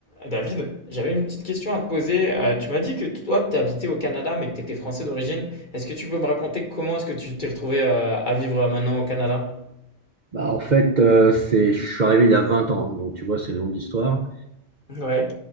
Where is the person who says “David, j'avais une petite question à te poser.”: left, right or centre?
Left